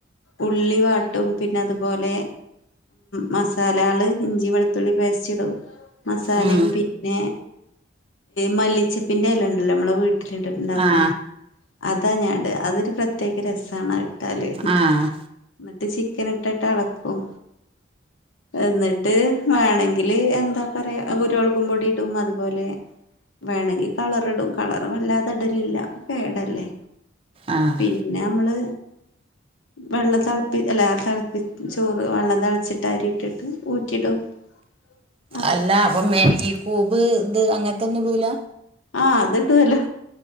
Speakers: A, on the left; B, on the right.
A: ഉള്ളി വാട്ടും പിന്നെ അതുപോലെ മസാല ആള് ഇഞ്ചി വെളുത്തുള്ളി പേസ്റ്റ് ഇടും മസാലയും
B: ഉം
A: പിന്നെ മല്ലിച്ചപ്പിന്റെ അല ഉണ്ടല്ലോ നമ്മളെ വീട് ണ്ടണ്ടാക്കണേ
B: ആഹ്
A: അതാ ഞാണ്ട് അതൊരു പ്രത്യേക രസണോ ഇട്ടാല്
B: ആഹ്
A: എന്നിട്ട് ചിക്കൻ ഇട്ടിട്ട് അളക്കും എന്നിട്ട് വേണമെങ്കില് എന്താ പറയാ ഗുരുവളകും പൊടിടും അതുപോലെ വേണമെങ്കി കളർ ഇടും കളർ വല്ലാതെ ഇടലില്ല പേടല്ലേ
B: ആഹ്
A: പി പിന്നെ നമ്മള് വെള്ളം തിളപ്പി എല്ലാ തിളപ്പി ചോറ് വെള്ളം തിളച്ചിട്ട് അരി ഇട്ടിട്ട് ഊറ്റിടും അ
B: അല്ല അപ്പം മേരിഗ കൂബ് ഇത് അങ്ങനത്തെന്നും ഇടൂല
A: ആഹ് അത്ടല്ലോ